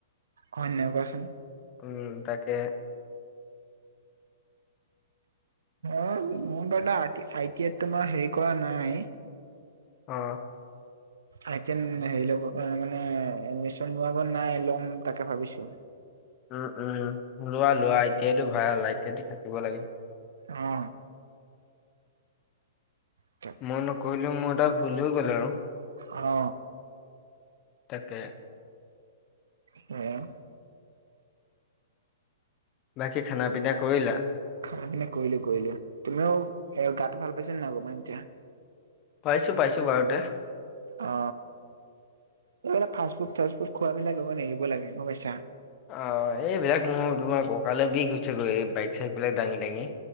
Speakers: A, on the right; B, on the left.
A: হয় ন কোৱাচোন।
B: উম তাকে।
A: অহ মোৰ বা আই টি আই তোমাৰ হেৰি কৰা নাই।
B: অ
A: আই টি আই সেই ল'ব মানে এদমিশন লোৱাৰ আগত নাই ল'ম তাকে ভাবিছোঁ।
B: উম উম লোৱা লোৱা আই টি আইটো ভাল আই টি আইটো থাকিব লাগে।
A: অ উম
B: মই নকৰিলোঁ মোৰ এটা ভুল হৈ গল আৰু।
A: অ
B: তাকে
A: উম
B: বাকী খানা পিনা কৰিলা।
A: খানা পিনা কৰিলোঁ কৰিলোঁ তুমিও এ গাতটো ভাল পাইছা নাই অলপমান এতিয়া।
B: পাইছো পাইছো বাৰুতে।
A: অ এইবিলাক ফাষ্ট ফুড ডাষ্ট ফুট খোৱা বিলাক অলপ এৰিব লাগে গম পাইছা।
B: অ এইবিলাক মোৰ তোমাৰ ককালে বিষ সৈইছে গৈ এই বাইক চাইক বিলাক দাঙি দাঙি।